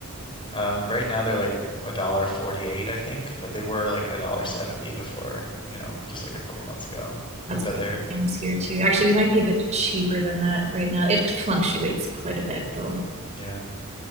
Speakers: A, on the left (about 20°); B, on the right (about 30°).
A: um right now they're like a dollar 48, I think, but they were like a dollar 70 before, you know, just like a couple months ago. What
B: That's
A: about
B: what
A: there?
B: the same is here too. Actually, we might be a bit cheaper than that right now. It fluctuates quite a bit though.
A: Yeah.